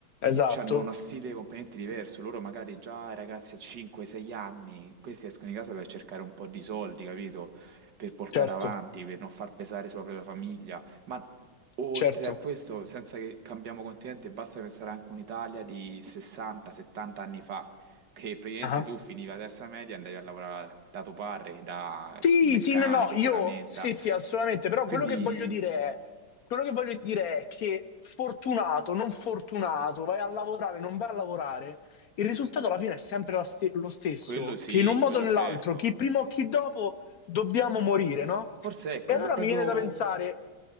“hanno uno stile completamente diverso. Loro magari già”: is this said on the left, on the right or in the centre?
Right